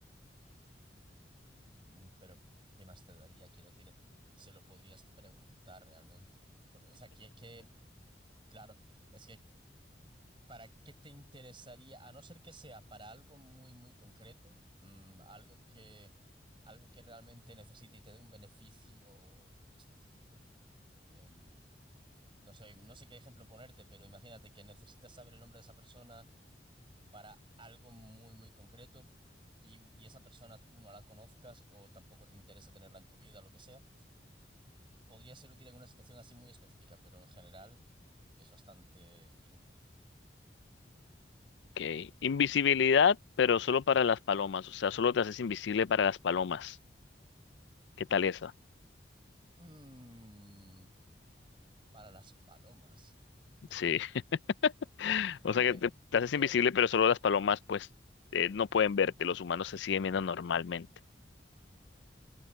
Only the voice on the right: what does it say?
mm, mm, pero, ¿qué más te daría? Quiero decir, se lo podrías preguntar realmente. Por- o sea, que, que, claro, es que, ¿para qué te interesaría? A no ser que sea para algo muy, muy concreto, mm, algo que, algo que realmente necesite y te dé un beneficio específico. em, no sé, no sé qué ejemplo ponerte, pero imagínate que necesitas saber el nombre de esa persona para algo muy, muy concreto y, y esa persona tú no la conozcas o tampoco te interesa tenerla en tu vida, lo que sea. Podría ser útil en una situación así muy específica, pero en general es bastante inútil.
Mm, para las palomas.
Hombre,
yo,